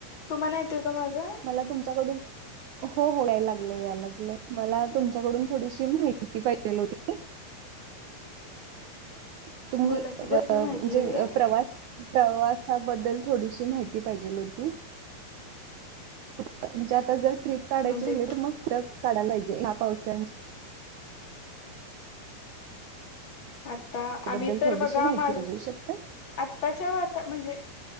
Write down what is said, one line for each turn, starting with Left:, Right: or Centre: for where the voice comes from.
Left: तुम्हाला येतोय का? माझा
Right: मला तुमच्याकडून हो हो, याय लागलंय, याय लागलय मला तुमच्याकडून थोडीशी माहिती पाहिजेल होती. <inaudible> तुम्ही
Left: बोला
Right: अ
Left: की कसली
Right: म्हणजे
Left: माहिती हवी आहे?
Right: प्रवास प्रवास त्याबद्दल थोडीशी माहिती पाहिजेल होती. कुठ म्हणजे? आता जर ट्रिप काढायची
Left: म्हणजे
Right: झाली तर, मग कुठ काढाय पाहिजे? ह्या पावसाच
Left: अ आता आम्ही
Right: बद्दल
Left: तर
Right: थोडीशी
Left: बघा
Right: माहिती
Left: मारलेश्वर,
Right: पाहिजे शकता
Left: आत्ताच्या वाता म्हणजे